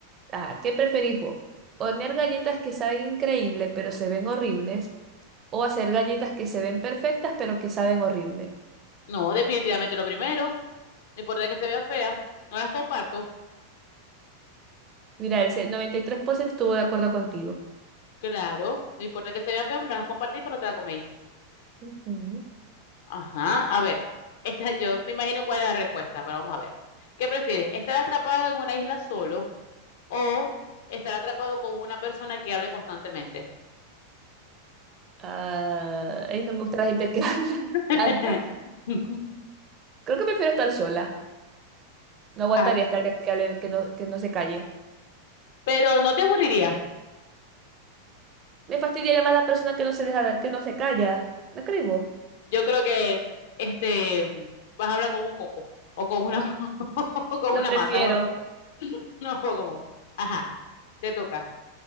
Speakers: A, on the right (about 30°); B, on the left (about 55°).
A: Ah, ¿qué preferís vos? ¿Hornear galletas que saben increíble pero se ven horribles? ¿O hacer galletas que se ven perfectas pero que saben horrible?
B: No, definitivamente lo primero. No importa que se vean feas, no las comparto.
A: Mira, el se- 93% estuvo de acuerdo contigo.
B: Claro, no importa que se vean feas, no las compartí, pero no te las coméis.
A: Ujú.
B: Ajá, a ver. Esta, yo me imagino cuál es la respuesta, pero vamos a ver. ¿Qué prefieres? ¿Estar atrapado en una isla solo o estar atrapado con una persona que hable constantemente?
A: Ah, ay, no me gusta la gente que <laughs> habla
B: <laughs>
A: tanto. Creo que prefiero estar sola. No aguantaría
B: Ah,
A: estar que, que que no, que no se calle.
B: pero no te aburriría.
A: Me fastidiaría más la persona que no se deja, que no se calla. ¿No crees vos?
B: Yo creo que este, vas a hablar con un coco o con una, <laughs> o con
A: Lo
B: una
A: prefiero.
B: mata o algo así. <laughs> No, como, ajá, te toca.